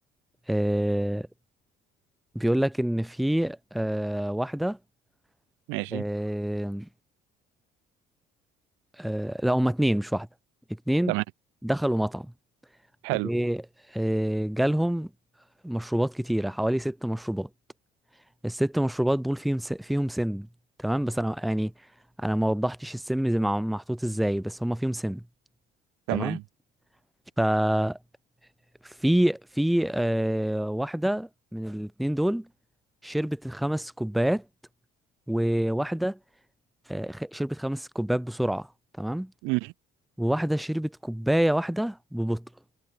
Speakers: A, in the centre; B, on the right.
A: آه بيقول لك ان في آه واحده
B: ماشي
A: آه آه لا هما اتنين مش واحده اتنين
B: تمام
A: دخلوا مطعم
B: حلو
A: وجالهم مشروبات كتيره حوالي ست مشروبات الست مشروبات دول فيهم س... فيهم سم تمام بس انا يعني انا ما وضحتش السم زي مع... محطوط ازاي بس هما فيهم سم
B: تمام
A: تمام ففي في آه... واحده من الاتنين دول شربت الخمس كوبايات وواحده آه... خ- شربت خمس كوبايات بسرعه تمام
B: امم
A: وواحده شربت كوبايه واحده ببطء